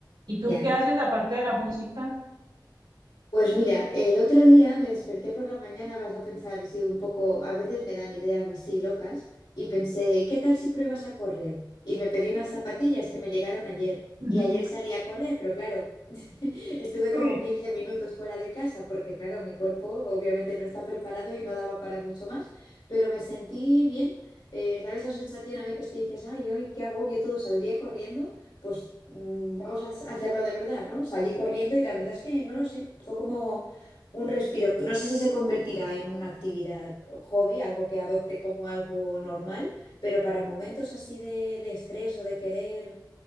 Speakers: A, on the right; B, on the left.
A: ¿Y tú
B: Ya.
A: qué haces aparte de la música?
B: Pues mira, el otro día me desperté por la mañana, vas a pensar, si un poco, a veces me dan ideas así locas, y pensé, ¿qué tal si pruebas a correr? Y me pedí unas zapatillas que me llegaron ayer,
A: <laughs>
B: y ayer salí a correr, pero claro, <laughs> estuve
A: Sí.
B: como 15 minutos fuera de casa, porque claro, mi cuerpo obviamente no está preparado y no daba para mucho más, pero me sentí bien. Eh, ¿sabes la sensación a veces que dices, ay, hoy qué agobio todo, saldría corriendo? pues mm, vamos a ha- hacerlo de verdad, ¿no? Salí corriendo y la verdad es que no lo sé, fue como un respiro. No sé si se convertirá en una actividad hobby, algo que adopte como algo normal, pero para momentos así de, de estrés o de querer,